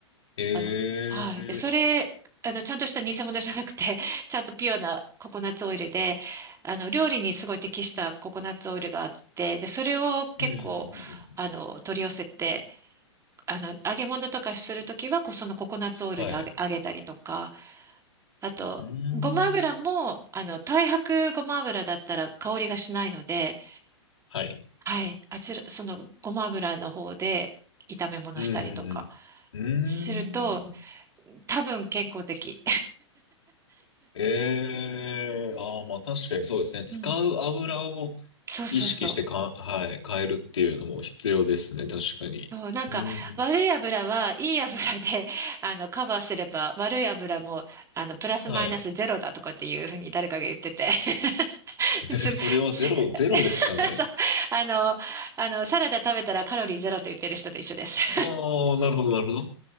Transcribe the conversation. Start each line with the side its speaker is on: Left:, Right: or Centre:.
Left: ええ
Right: あの、はい。で、それ、あの、ちゃんとした偽物じゃなくて、<laughs> ちゃんとピュアなココナッツオイルで、あの、料理にすごい適したココナッツオイルがあって、で、それを結構、
Left: うんうんうんうん。
Right: あの、取り寄せて、あの、揚げ物とかするときは、こうそのココナッツオイルで揚げ、
Left: はい。
Right: 揚げたりとか、あと、
Left: うん。
Right: ごま油も、あの、太白ごま油だったら香りがしないので、
Left: はい。
Right: はい、あちら、そのごま油の方で炒め物したりとか
Left: うんうんうん。
Right: すると、
Left: うーん。
Right: 多分健康的。
Left: ええああ、まあ確かにそうですね。使う油を
Right: うん。そうそうそう。
Left: 意識してか、はい、変えるっていうのも必要ですね、確かに。
Right: そう、なんか、
Left: うんうん
Right: 悪い油はいい油で、<laughs> あの、カバーすれば、悪い油も、あの、プラスマイナスゼロだとかっていうふうに誰かが言ってて。
Left: はい。
Right: <laughs>
Left: <laughs>
Right: つ、
Left: それはゼロ、
Right: つ
Left: ゼロですかね。
Right: <laughs> そう、あの、あの、サラダ食べたらカロリーゼロと言ってる人と一緒です。
Left: ああ、なるほど、なるほど。